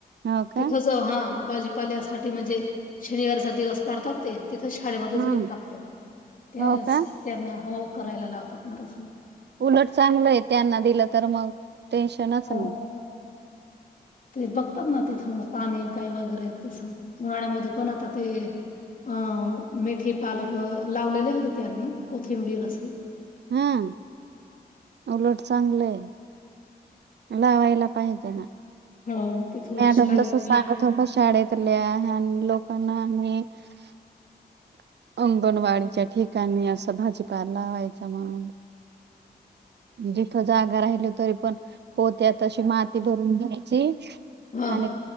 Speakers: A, on the right; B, on the left.
A: हो का
B: तिथंच हा, बाजीपाल्यासाठी म्हणजे शनिवारचा दिवस काढतात ते, तिथं शाळेमध्येच
A: हम्म
B: विकतात त्या
A: हो का
B: स त्यांना हो करायला लावतात ना तसं
A: उलट चांगलंय त्यांना दिलं तर मग टेन्शनच
B: हो.
A: नाही.
B: ते बघतात ना तिथं पाणी काय वगैरे तसं उन्हाळ्यामध्ये पण आता ते अं मेथी पालक लावलेले होते त्यांनी कोथिंबीर अस
A: ह्म्म उलट चांगल आहे. लावायला पाहिजे ना.
B: हो तिथं
A: मॅडम
B: शाळेत
A: तसं सांगत होता शाळेतल्या <inaudible> लोकांना आणि <unintelligible> अंगणवाडीच्या ठिकाणी असं भाजीपा लावायचा म्हणून जिथ जागा राहिल तरी पण पोत्यात तशी माती भरून घ्यायची
B: हा
A: आणि